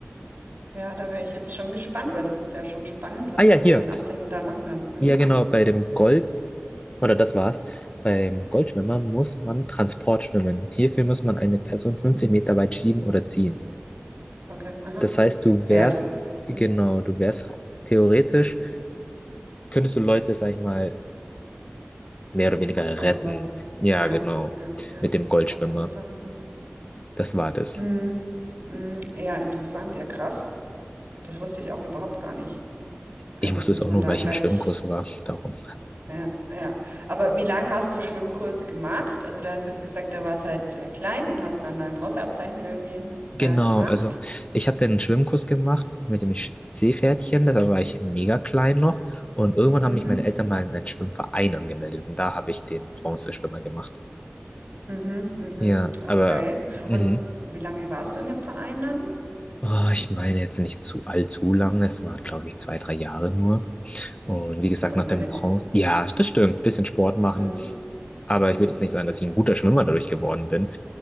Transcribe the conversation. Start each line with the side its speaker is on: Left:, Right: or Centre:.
Right: Ja, da wäre ich jetzt schon gespannt, weil das ist ja schon spannend, was
Left: Ah ja,
Right: man
Left: hier.
Right: mit den Abzeichen dann machen kann. Hm?
Left: Ja, genau, bei dem Gold, oder das war's. Beim Goldschwimmer muss man Transport schwimmen. Hierfür muss man eine Person 50 Meter weit schieben oder ziehen.
Right: Okay, aha.
Left: Das heißt, du wärst,
Right: Ja, das.
Left: genau,
Right: hm.
Left: du wärst theoretisch, könntest du Leute, sag ich mal, mehr oder weniger
Right: aus
Left: retten.
Right: dem Wasser.
Left: Ja,
Right: Ja,
Left: genau.
Right: ja, ja,
Left: Mit dem
Right: aus'm
Left: Goldschwimmer.
Right: Wartewasser. Mhm.
Left: Das war das.
Right: Mhm. Mhm. Ja, interessant, ja krass. Das wusste ich auch überhaupt gar nicht. Also,
Left: Ich wusste
Right: dass
Left: es auch
Right: man
Left: nur,
Right: da
Left: weil
Right: gleich
Left: ich im Schwimmkurs war. Darum.
Right: ja, ja. Aber wie lang hast du Schwimmkurse gemacht? Also, du hast jetzt gesagt, da warst halt, äh, klein und hast dann dein Bronzeabzeichen irgendwie,
Left: Genau,
Right: äh, gemacht.
Left: also ich habe dann einen Schwimmkurs gemacht mit dem Sch- Seepferdchen. Da war ich mega klein noch. Und irgendwann haben
Right: Mhm.
Left: mich meine Eltern mal in einen Schwimmverein angemeldet. Und da habe ich den Bronzeschwimmer gemacht.
Right: Mhm, mhm.
Left: Ja,
Right: Okay.
Left: aber. Mhm.
Right: Und wie lange warst du in dem Verein dann?
Left: Oh, ich meine jetzt nicht zu allzu lange. Es waren, glaube ich, zwei, drei Jahre nur. Und wie gesagt,
Right: Aber
Left: nach
Right: immerhin.
Left: dem Bronze. Ja, das stimmt. Ein Bisschen Sport machen.
Right: Mhm.
Left: Aber
Right: Mhm.
Left: ich würde jetzt nicht sagen, dass ich ein guter Schwimmer dadurch geworden bin.